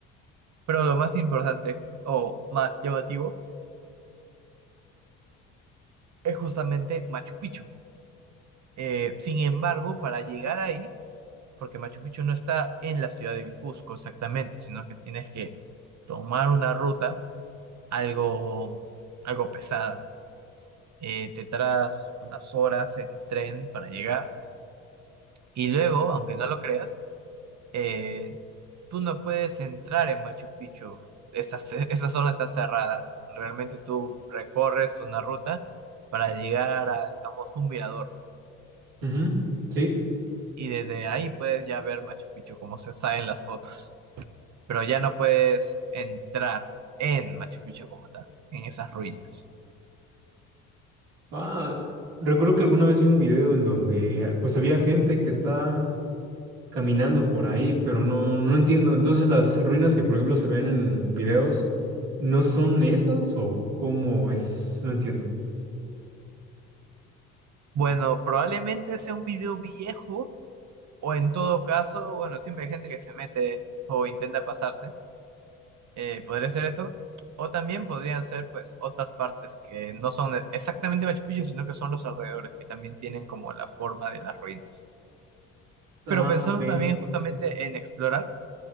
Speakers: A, on the right; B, on the right.
A: Pero lo más importante o más llamativo es justamente Machu Picchu. Eh, sin embargo, para llegar ahí, porque Machu Picchu no está en la ciudad del Cusco exactamente, sino que tienes que tomar una ruta algo, algo pesada. Eh, te tardas unas horas en tren para llegar y luego, aunque no lo creas, eh, tú no puedes entrar en Machu Picchu. Esa, <laughs> esa zona está cerrada. Realmente tú recorres una ruta para llegar a, digamos, un mirador
B: Ujú, Sí.
A: y desde ahí puedes ya ver Machu Picchu como se sabe en las fotos, pero ya no puedes entrar en Machu Picchu como tal, en esas ruinas.
B: Ah, recuerdo que alguna vez vi un video en donde pues había gente que está caminando por ahí, pero no, no entiendo. Entonces las ruinas que por ejemplo se ven en videos, ¿no son esas o cómo es? No entiendo.
A: Bueno, probablemente sea un video viejo O en todo caso, bueno, siempre hay gente que se mete o intenta pasarse. eh, podría ser eso. O también podrían ser, pues, otras partes que no son exactamente Machu Picchu, sino que son los alrededores, que también tienen como la forma de las ruinas.
B: Ah,
A: Pero pensando
B: ok.
A: también justamente en explorar,